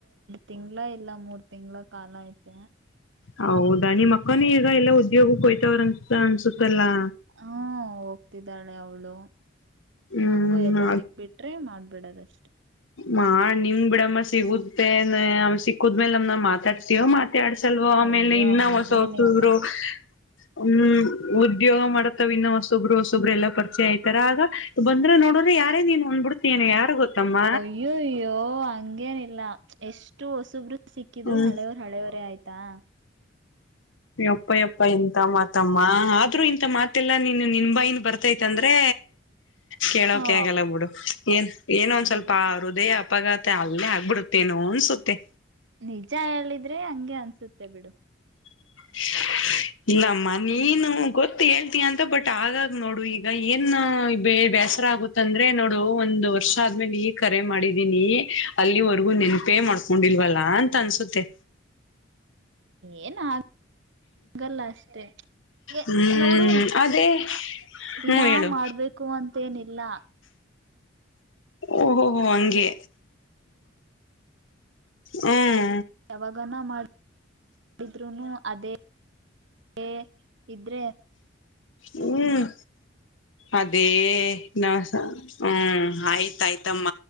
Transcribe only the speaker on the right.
ತಿಂಗಳ ಇಲ್ಲ ಮೂರ್ ತಿಂಗಳ ಕಾಲ ಐತೆ
ಹಾ ಹೋಗ್ತಿದ್ದಾಳೆ ಅವಳು
ನಂಗು ಎಲ್ಲೋ ಸಿಕ್ಬಿಟ್ರೆ ಮಾಡ್ಬಿಡದಷ್ಟೇ
ಅಯ್ಯೋ
ಹಂಗೇನಿಲ್ಲ
ಅಯ್ಯ ಅಯ್ಯೋ ಹಂಗೇನಿಲ್ಲ ಎಷ್ಟು ಹೊಸೊಬ್ರು ಸಿಕ್ಕಿದ್ರು
ಹಳೆಯವರು ಹಳೆಯವರೇ ಆಯ್ತು ತಾ
ಓ
ಹ
ನಿಜ ಹೇಳಿದ್ರೆ ಹಂಗೆ ಅನ್ಸುತ್ತೆ ಬಿಡು
ಏ ನಾ ಗಲ್ಲ ಅಷ್ಟೆ ಎ
ನೋಡು
ದಿನಾ
ಮಾಡ್ಬೇಕು ಅಂತೇನಿಲ್ಲ
ಯಾವಾಗಾನ ಮಾಡಿದ್ರು ಅದೇ ಏ ಇದ್ರೆ